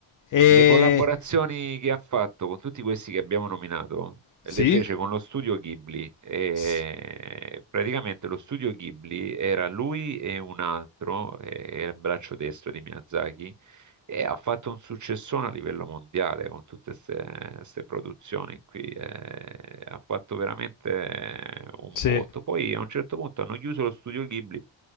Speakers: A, on the left; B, on the right.
A: e
B: Le collaborazioni che ha fatto con tutti questi che abbiamo nominato
A: sì,
B: le fece con lo studio Ghibli. E
A: s-
B: praticamente lo studio Ghibli era lui e un altro, eh, era il braccio destro di Miyazaki, e ha fatto un successone a livello mondiale con tutte queste produzioni qui. eh, ha fatto veramente eh, un
A: sì,
B: botto. Poi a un certo punto hanno chiuso lo studio Ghibli.